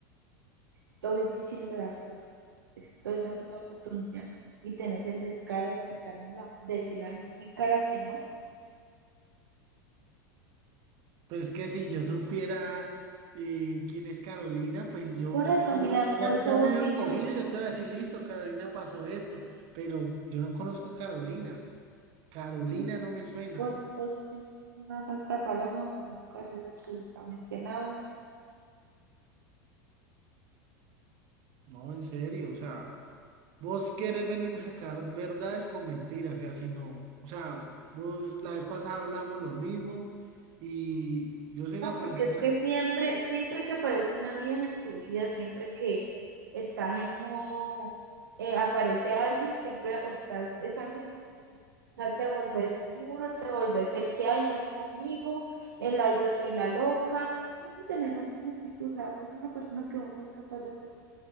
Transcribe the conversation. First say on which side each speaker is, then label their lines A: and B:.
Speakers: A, on the right (about 75°); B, on the right (about 50°).
A: estoy diciendo las cosas, te estoy dando la oportunidad y tenés el descaro de gritármela, de decirle a mi cara que no.
B: Pero es que si yo supiera eh, quién es Carolina, pues yo
A: Por
B: cogido,
A: eso, mira, por
B: ya,
A: eso
B: ya me
A: vos
B: veo
A: y
B: cogido,
A: yo.
B: yo te voy a decir, listo, Carolina pasó esto, pero yo no conozco Carolina. Carolina
A: pues,
B: no me suena.
A: Vos, vos siempre sos una santa paloma, vos nunca haces absolutamente nada.
B: No, en serio, o sea. Vos querés venir a sacar verdades con mentiras, que así no. O sea, vos la vez pasada hablamos lo mismo y yo soy una
A: No,
B: persona
A: porque es que siempre, siempre que aparece una vieja en tu vida, siempre que estás en modo, eh, aparece alguien, siempre optas esa misma actitud. O sea, te volvés un muro, te volvés el que hay, no es conmigo, el ay, yo soy la loca. Siempre tenés la misma actitud. O sea, vos sos una persona que vos no es capaz de colocar.